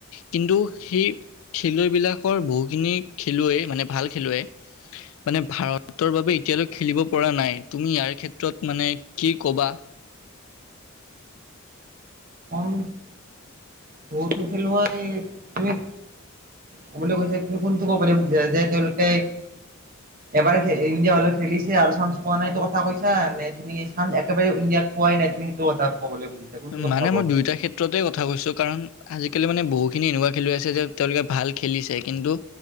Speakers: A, on the left; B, on the right.
A: কিন্তু সেই খেলুৱৈ বিলাকৰ বহুখিনি খেলুৱৈ মানে ভাল খেলুৱৈ মানে ভাৰতৰ বাবে এতিয়ালৈক খেলিব পৰা নাই তুমি ইয়াৰ ক্ষেত্ৰত মানে কি ক'বা
B: মান বতো খেলুৱম ক'বলৈ কৈছে তুমি কোনটো ক'বলৈ খুজিছা যে তেওঁলোকে এবাৰ ইণ্ডিয়া হলে খেলিছে আৰু চান্স পোৱা নাইতটো কথা কৈছা নে তুমি চানস একেবাৰে ইণ্ডিয়াত পোৱাই নাই তুম সেইটো কথা ক'বলৈুজিছ কোনটো কথা
A: মানে
B: কব
A: মই দুয়োটা ক্ষেত্ৰতে কথা কৈছো কাৰণজ কেেললৈ মানে বহুখিনি এনেকুৱা খেলুৱৈ আছে যে তেওঁলোকে ভাল খেলিছে কিন্তু